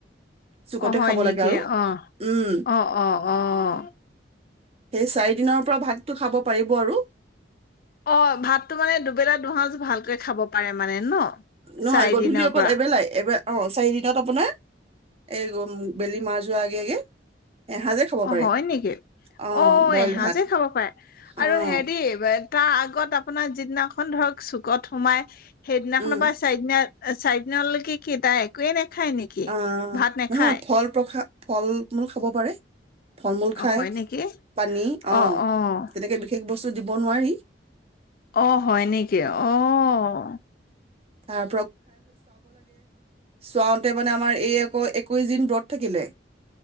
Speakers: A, on the right; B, on the left.
A: চুকতে
B: অহ, হয়
A: খাব
B: নেকি।
A: লাগে আৰু
B: অহ,
A: উম,
B: অহ, অহ, অহ।
A: সেই চাৰি দিনৰ পৰা ভাতটো খাব পাৰিব আৰু।
B: অহ, ভাতো মানে দুবেলা দুসজ ভালকে খাব পাৰে। মানে ন
A: নহয়,
B: চাৰিদিনৰ
A: গধূলি অকল
B: পৰা
A: এবেলাই। এবা অহ, চাৰি দিনত আপোনাৰ এই গম বেলি মাৰ যোৱা আগে আগে এসাঁজে খাব
B: অহ,
A: পাৰে
B: হয় নেকি।
A: অ',
B: অহ,
A: বইল
B: এসাঁজেই
A: ভাত
B: খাব পাৰে। আৰু
A: অ',
B: হেৰি তাৰ আগত আপোনাৰ যিদিনাখন ধৰক চু কত সোমাই সেইদিনাখনৰ
A: উম,
B: পৰাই চাৰিদিনীয়া চাৰিদিনলৈকে কি তাই একোৱে নাখায় নেকি?
A: অহ,
B: ভাত নাখায়?
A: নহয় ফল প্ৰখা ফল-মূল খাব পাৰে। ফল-মূল
B: অ',
A: খাই
B: হয় নেকি?
A: পানী, অহ,
B: অ', অ',
A: তেনেকে বিশেষ বস্তু দিব নোৱাৰি।
B: অ', হয় নেকি অ', অহ।
A: তাৰ চাওঁতে মানে আমাৰ এই আকৌ একৈশ দিন ব্ৰত থাকিলে।